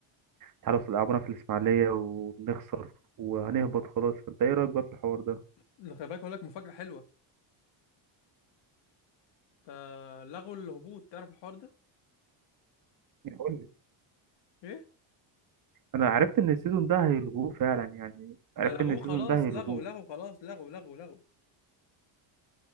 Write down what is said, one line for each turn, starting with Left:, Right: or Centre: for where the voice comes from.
Right: تعالوا لعبونا في الإسماعيلية ونخسر وهنهبط خلاص فانت ايه رأيك بقى في الحوار ده؟
Left: ده خلي بالك اقول لك مفاجاه حلوه ده لغوا الهبوط تعرف الحوار ده
Right: يعني قول لي
Left: ايه
Right: انا عرفت ان السيزون ده هيلغوه فعلا يعني عرفت
Left: ده لغوه
Right: ان السيزون
Left: خلاص
Right: ده هيلغوه
Left: لغوا لغوا خلاص لغوا لغوا لغوا